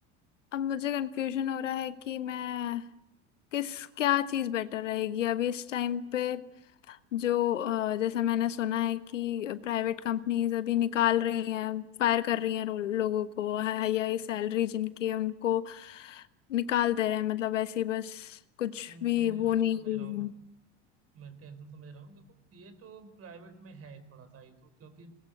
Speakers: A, on the left (about 85°); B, on the right (about 40°).
A: अब मुझे कंफ्यूजन हो रहा है कि मैं किस क्या चीज़ बेटर रहेगी अभी इस टाइम पे जो अ, जैसा मैंने सुना है कि प्राइवेट कंपनीज अभी निकाल रही हैं फायर कर रही हैं रो- लोगों को हाई हाई सैलरी जिनकी है, उनको निकाल दे रहे हैं मतलब ऐसे ही बस कुछ
B: सुन
A: भी
B: समझ
A: वो
B: रहा हूँ
A: नहीं
B: समझ
A: रही
B: रहा हूँ मैं
A: है
B: मैं टेंशन समझ रहा हूँ देखो ये तो प्राइवेट में है थोड़ा सा इशू क्योंकि